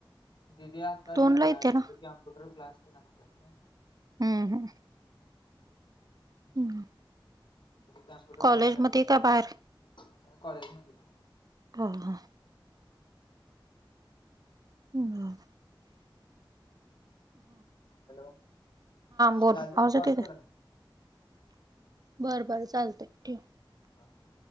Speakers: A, on the left; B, on the right.
A: दिदी आता
B: दोनला
A: येणार
B: येते
A: तीचे
B: ना.
A: कम्प्युटर क्लास तेण असत्यात नाही.
B: हम्म हम्म. हम्म.
A: कम्प्युटर
B: कॉलेजमध्ये
A: क्लासला‌
B: का बाहेर?
A: कॉलेजमध्येच आहे.
B: हा हा. <inaudible> थांब.
A: हॅलो
B: बोल,
A: चालतंय
B: आवाज
A: कॉल
B: येतोय काय?
A: कर
B: बर बर चालतंय ठेव.
A: ह <inaudible>